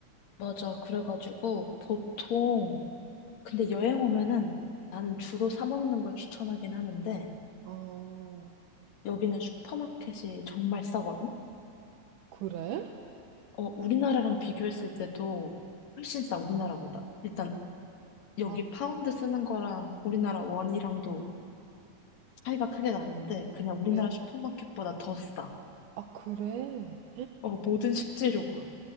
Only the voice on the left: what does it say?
맞아. 그래가지고 보통 근데 여행 오면은 나는 주로 사 먹는 걸 추천하긴 하는데
여기는 슈퍼마켓이 정말 싸거든.
어, 우리나라랑 비교했을 때도 훨씬 싸, 우리나라보다. 일단 여기
파운드 쓰는 거랑 우리나라 원이랑도 차이가 크게 나는데 그냥 우리나라
슈퍼마켓보다 더 싸.
어, 모든 식재료가.